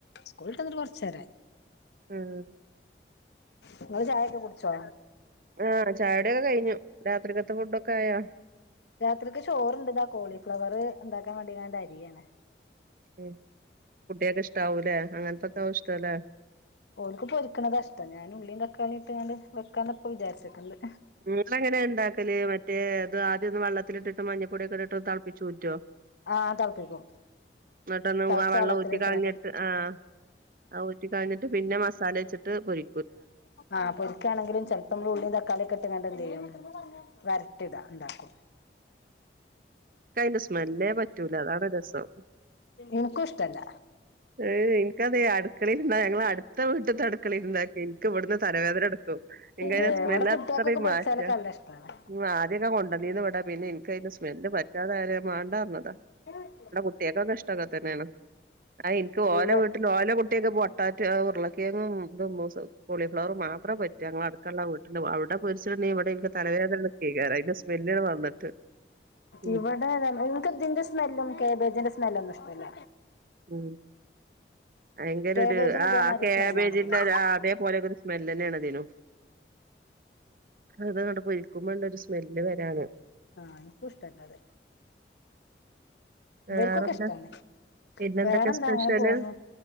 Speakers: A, on the left; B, on the right.
A: സ്കൂൾട്ട് വന്ന്ട്ട് കുറച്ചേരായി.
B: ഉം.
A: നിങ്ങള് ചായൊക്കെ കുടിച്ചോ.
B: ആഹ് ചായകുടിക്കെ കഴിഞ്ഞു രാത്രികെത്തെ ഫുഡൊക്കായാ.
A: രാത്രിക്ക് ചോറുണ്ട് ഇതാ കോളിഫ്ലവറ് ഇണ്ടാക്കാൻ വേണ്ടികാണ്ട് അരിയാണ്.
B: ഉം കുട്ട്യേക്ക് ഇഷ്ടാവൂലെ അങ്ങനത്തക്കാവും ഇഷ്ടലേ.
A: ഓല്ക്ക് പൊരിക്ക്ണത ഇഷ്ടം ഞാന് ഉള്ളീ തക്കാളി ഇട്ട് കാണ്ട് വെക്കാന്ന ഇപ്പ വിചാരിച്ചിക്ക്ണത്.
B: നിങ്ങളെങ്ങനെ ഇണ്ടാക്കല് മറ്റേ അത് ആദ്യൊന്ന് വെള്ളത്തിലിട്ടിട്ട് മഞ്ഞപ്പൊടിയൊക്കെ ഇട്ടിട്ട് തിളപ്പിച്ചു ഊറ്റോ.
A: ആഹ് തിളപ്പിക്കും
B: എന്നിട്ടൊന്ന്
A: തിളച്ച
B: ആ വെള്ളം
A: വെള്ളത്തിലിട്ട്ങ്ങാണ്ട്
B: ഊറ്റി കളഞ്ഞിട്ട്. ആഹ് ആ ഊറ്റി കളഞ്ഞിട്ട് പിന്നെ മസാല വെച്ചിട്ട് പൊരി
A: ആഹ് പൊരിക്കാണെങ്കിലും ചെലപ്പോ മ്മള് ഉള്ളീ തക്കാളീ ഒക്കെ ഇട്ട്ങ്ങാണ്ട് എന്തെയ്യും വരട്ടിടാ. ഉണ്ടാക്കും.
B: ഇക്കയിന്റെ സ്മെല്ലേ പറ്റൂല അതാണ് രസം.
A: ഇൻക്കൂ ഇഷ്ടല്ല.
B: ഏ ഇൻക്കതെ അടുക്കളയിലിരുന്ന ഞങ്ങളെ അട് ത്ത വീട്ട്ത്തെ അടുക്കളില്ണ്ടാക്യ എനിക്ക് ഇവട്ന്ന് തലവേദനട്ക്കും ഇൻകതിൻ്റെ
A: ഏ
B: സ്മെല്ല്
A: ഇവിടെ കുട്ടികൾക്കൊക്കെ
B: അത്രയും
A: പൊരിച്ചാലൊക്കെ
B: മാറ്റ.
A: നല്ല ഇഷ്ടാണ്
B: ഉം ആദ്യക്കെ കൊണ്ടന്നീന്ന് ഇവടെ പിന്നെ എനിക്ക് അതിന്റെ സ്മെല്ല് പറ്റാതായാരെ ഞ്ഞാൻ മാണ്ടാർഞ്ഞതാ.
A: <unintelligible>
B: ഇവടെ കുട്ട്യേകൊക്കൊക്കെഷ്ട അങ്ങൻതന്നെണ് ആ എനിക്ക് ഓലെ
A: ഇവ
B: വീട്ട് ഓലെ കുട്ട്യേക്ക് പൊട്ടാറ്റൊ ഉരുളക്കിയങ്ങും ഇതും കോളിഫ്ലവറും മാത്ര പറ്റൂ ഞങ്ങളട് ക്കള്ള വീട്ടില് അവിടെ പൊരിച്ചിട്ട്ണ്ടെങ്കി ഇവിടെനിക്ക് തലവേദനട്ക്കേകാരം അതിന്റെ സ്മെല്ല്ണ് വന്നിട്ട് ഉം
A: ഇവിടെ താ നിക്ക് ഇതിന്റെ സ്മെല്ലും കേബേജിന്റെ സ്മെല്ലന്നും ഇഷ്ടല്ല
B: ആഹ് വയങ്കര
A: കേബേജിന്
B: ഒരു ആ
A: ഇതേമാതിരി
B: കാബേജിന്റെ
A: സ്മെല്ലാണല്ലോ
B: ആ അതേപോലെ ക്കെ സ് മെല്ലന്നേണ് അതിനും ഇതങ്ങട്ട് പൊരിക്കുമ്പോണ്ട് ഒരു സ്മെല്ല് വരാന്
A: ആഹ് ഇൻക്കൂ ഇഷ്ടല്ലഅത്
B: വേറെന്താ
A: ഇവർക്കൊക്കെ ഇഷ്ടാണ്
B: പിന്നെന്തൊക്കെ
A: വേറെന്താ
B: സ്പെഷ്യല്
A: അങ്ങനെ പോക്ന്നു